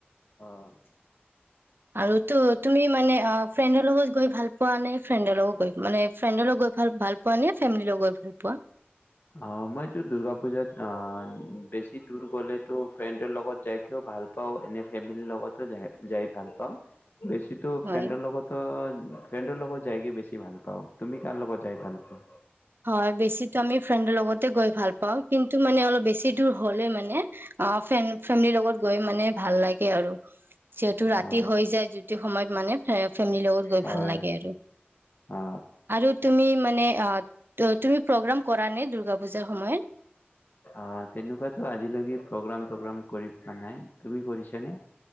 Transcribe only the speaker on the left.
অহ ',
অহ ', মইতো দুৰ্গা পুজাত বেছি দূৰ গলেতো ফ্ৰেণ্ডৰ লগত যাইকও ভাল পাওঁ এনে ফেমিলিৰ লগতো যাই ভাল পাওঁ। বেছিতো
ফ্ৰেণ্ডৰ লগত- ফ্ৰেণ্ডৰ লগত। যাইগে বেছি ভাল পাওঁ তুমি কাৰ লগত যাই ভাল পোৱা।
অ
হয়
অ
অ তেনেকুৱাতো আজিলৈকে প্ৰগ্ৰাম গ্ৰাম কৰি পোৱা নাই তুমি কৰিছানে।